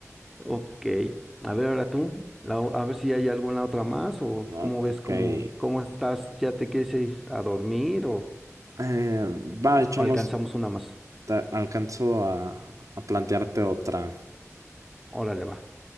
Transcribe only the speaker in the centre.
Ok. A ver, ahora tú, la o- a ver si hay alguna otra más o
cómo ves,
cómo,
cómo estás, ¿ya te quieres ir a dormir o
Alcanzamos una más.
Órale, va.